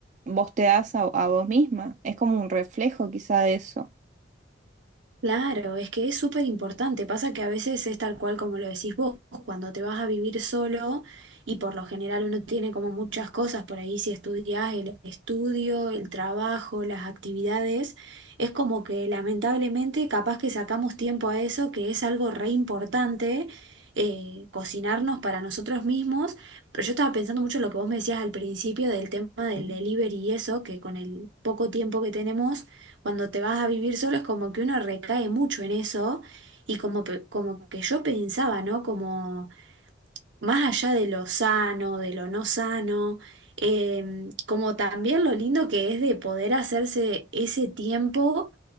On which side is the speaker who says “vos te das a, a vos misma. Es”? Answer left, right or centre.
Right